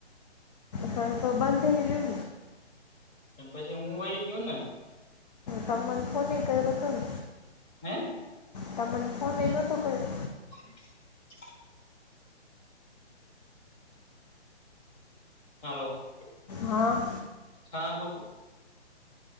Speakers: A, on the left; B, on the left.
A: ત તો બંધઈં.
B: પછી હું વહી ગયો ને.
A: તમને કોને કરિયો તો ને.
B: હૈ.
A: તમન ફોન મેં નતો કર્યો
B: <inaudible> હલો.
A: હા.
B: હા બોલો.